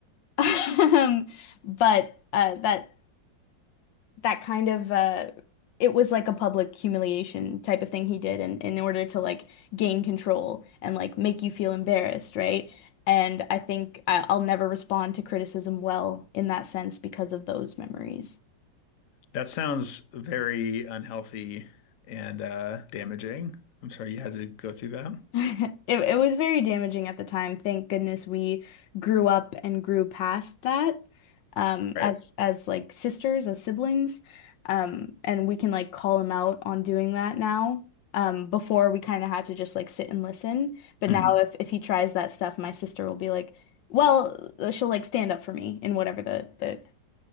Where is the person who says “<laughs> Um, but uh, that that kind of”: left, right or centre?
Left